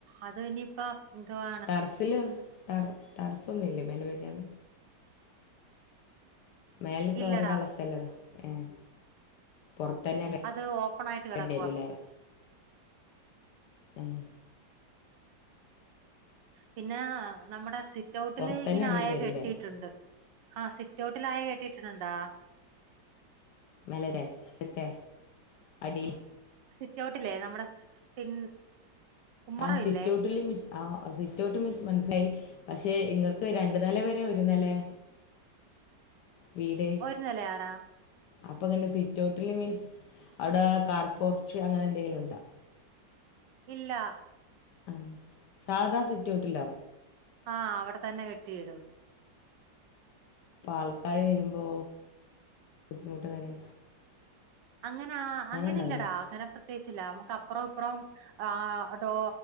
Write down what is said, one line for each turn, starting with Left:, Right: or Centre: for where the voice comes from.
Right: അത് ഇനിയിപ്പ എന്തുവാ
Left: ടറസില് ടറ് ടെറ്സൊന്നുല്ലെ മേലെ വേക്കാണ് മേലെ തോര്ടാള്ള
Right: ഇല്ലടാ
Left: സ്ഥലോ ഏഹ് പൊർത്തെന്നെ
Right: അത് ഓപ്പൺ ആയിട്ട് കിടക്കുവാ
Left: ഏണ്ട്യെരുലേ ഏഹ്
Right: പിന്നാ നമ്മുടെ സിറ്റ് ഔട്ടില്
Left: പുറത്തന്നെ
Right: ഇങ്ങനെ
Left: ഇടേണ്ടി
Right: അയ
Left: വരൂല്ലേ
Right: കെട്ടീട്ടുണ്ട് ആഹ് സിറ്റൗട്ടിലയ കേട്ടീട്ടുണ്ടാ
Left: മേലത്തെ ട്ത്തെ അടീ
Right: സിറ്റ് ഔട്ട്ല്ലേ നമ്മുടെ സ് തിൻ ഉമ്മറം
Left: ആഹ് സിറ്റ്
Right: ഇല്ലേ
Left: ഔട്ടില് മീൻസ് ആഹ് സിറ്റ് ഔട്ട് മീൻസ് മൻസ്ലായി പഷെ ഇങ്ങക്ക് രണ്ട് നെലെ പരെ ഒര് നെലേ വീട്
Right: ഒരു നിലയാടാ
Left: അപ്പങ്ങനെ സിറ്റ് ഔട്ടില് മീൻസ് അവ്ടെ കാർപൊർച്ചു അങ്ങനെ എന്തെങ്കിലുണ്ടോ
Right: ഇല്ല
Left: ആഹ് സാധാ സിറ്റോട്ടില്ലോ
Right: ആഹ് അവ്ടെ തന്നെ കെട്ടിയിടും
Left: പ്പ ആൾക്കാര് വരുമ്പോ ബുദ്ധിമുട്ടല്ലെ
Right: അങ്ങനാ അങ്ങനെ
Left: ഉണ്ടാവില്ലേ
Right: ഇല്ലടാ കാര്ണം പ്രത്യേച്ചില്ല നമുക്ക് അപ്പറൊം ഇപ്പറൊം ആഹ് ഡോ